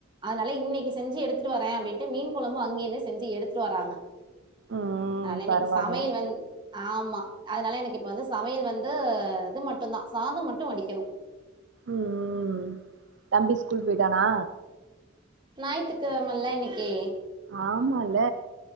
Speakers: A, on the right (about 25°); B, on the right (about 70°).
A: அதனால இன்னைக்கி செஞ்சு எடுத்து ட்டு வர அப்டின்ட்டு மீன் கொழம்பு அங்கிருந்து செஞ்சு எடுத்துட் வராங்க
B: ம்
A: அதனால இன்னைக்கு
B: பரவால்ல
A: சமையல் வந் ஆமா அதனால எனக்கு இப்ப வந்து சமையல் வந்து இது மட்டுதா சாதம் மட்டு வடிக்கணு
B: ம் ம் தம்பி ஸ்கூல் போயிட்டானா
A: ஞாய்த்துக்கிழமல்ல இன்னைக்கி
B: ஆமால்ல